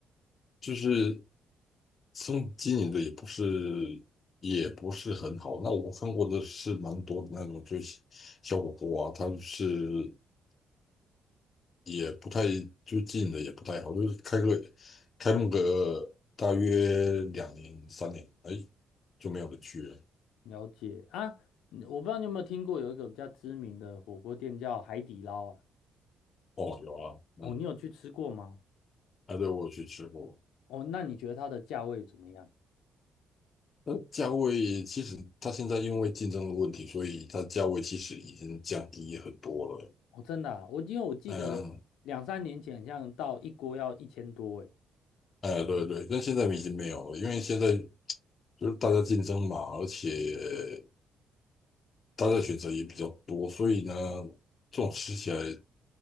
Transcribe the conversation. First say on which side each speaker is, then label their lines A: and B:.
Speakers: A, on the left; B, on the left.
A: 就是生经营的也不是也不是很好。那我看过的是蛮多的那种，就是小火锅啊，它是也不太就经营的也不太好，就是开个开幕个大约两年三年，哎就没有人去了。
B: 了解啊，你我不知道你有没有听过有一个比较知名的火锅店叫海底捞啊？
A: 哦，有啊，嗯，
B: 哦，你有去吃过吗？
A: 还对，我有去吃过。
B: 哦，那你觉得它的价位怎么样？
A: 那价位其实它现在因为竞争的问题，所以它价位其实已经降低很多了。
B: 哦，真的啊我因为我记得两三年前，
A: 嗯，
B: 好像到一锅要一千多诶。
A: 哎，对对，但现在已经没有了，因为现在就是大家竞争嘛，而且大家选择也比较多，所以呢，这种吃起来，